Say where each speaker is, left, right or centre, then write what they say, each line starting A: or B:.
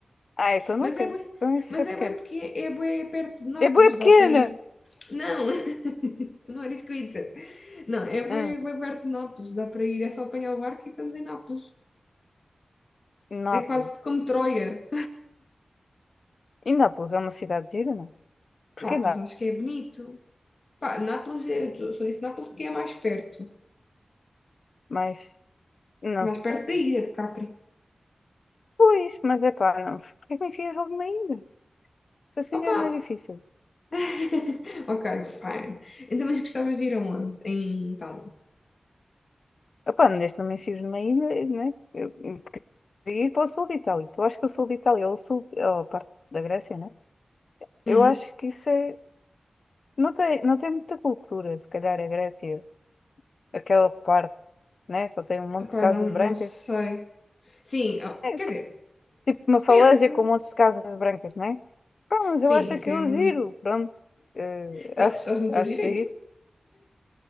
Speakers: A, on the left; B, on the left.
A: ah, então não
B: Mas
A: quero.
B: é bué,
A: Então isso
B: mas
A: é pequeno.
B: é bué porque é bué perto de Nápoles,
A: É bué pequena!
B: dá para ir. Não, Não é isso que eu ia dizer. Não, é bem,
A: Hum,
B: bem perto de Nápoles, dá para ir, é só apanhar o barco e estamos em Nápoles.
A: Nápoles.
B: É quase como Troia.
A: E Nápoles é uma cidade gira, não? Porque
B: Nápoles
A: dá,
B: acho que é bonito. Pá, Nápoles, é- eu só disse Nápoles porque é mais perto.
A: mas não
B: Mais
A: sei.
B: perto da ilha de Capri.
A: Pois, mas é pá, não. Porquê que me enfias logo numa ilha? Assim
B: Opa!
A: já é mais difícil.
B: <laughs> Ok, fine. Então, mas gostavas de ir aonde? Em Itália?
A: Epá, não deixe-me enfios numa ilha, né? Eu eu queria ir para o sul de Itália. Eu acho que o sul de Itália, ou o sul, ou a parte da Grécia, né?
B: Hum,
A: Eu acho que isso é. Não tem, não tem muita cultura, se calhar a Grécia, aquela parte, né? Só tem um monte
B: opá,
A: de casas
B: não, não
A: brancas.
B: sei. Sim, ó,
A: É
B: quer
A: que-
B: dizer,
A: tipo uma
B: depende.
A: falésia com um monte de casas brancas, né? Pá, mas
B: Sim,
A: eu acho
B: isso
A: aquilo
B: é muito.
A: giro, pronto. Eh,
B: Então,
A: acho,
B: mas estás no
A: acho
B: teu direito.
A: giro.